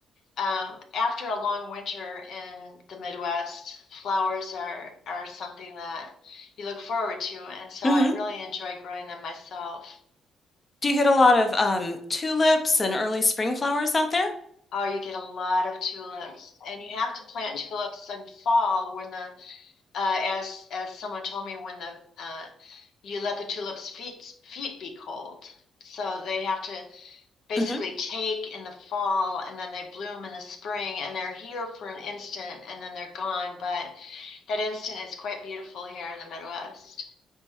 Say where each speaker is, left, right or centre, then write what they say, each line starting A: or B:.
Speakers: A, on the left (about 70°); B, on the left (about 30°).
A: Um, after a long winter in the Midwest, flowers are are something that you look forward to, and so
B: Mm-hmm.
A: I really enjoy growing them myself.
B: Do you get a lot of um, tulips and early spring flowers out there?
A: Oh, you get a lot of tulips, and you have to plant tulips in fall when the uh, as as someone told me when the uh, you let the tulips' feet feet be cold, so they have to basically
B: hmm
A: take in the fall and then they bloom in the spring and they're here for an instant and then they're gone. But that instant is quite beautiful here in the Midwest.